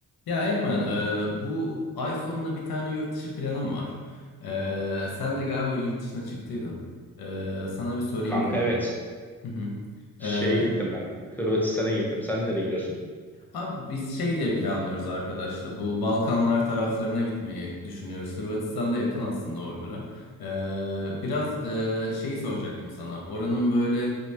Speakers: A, on the left (about 70°); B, in the centre.
A: Ya Eymen, e, bu ay sonuna bir tane yurt dışı planım var. E, sen de galiba yurt dışına çıktıydın. E, sana bir sorayım
B: Kanka
A: dedim.
B: evet.
A: Hı hı.
B: Şeye
A: E,
B: gittim ben. Hırvatistan'a gittim. Sen nereye gidiyorsun?
A: Abi biz şey diye planlıyoruz arkadaşlar. Bu Balkanlar taraflarına gitmeyi düşünüyoruz. Hırvatistan'da yakın aslında oralara. Ee, biraz e, şey soracaktım sana. Oranın böyle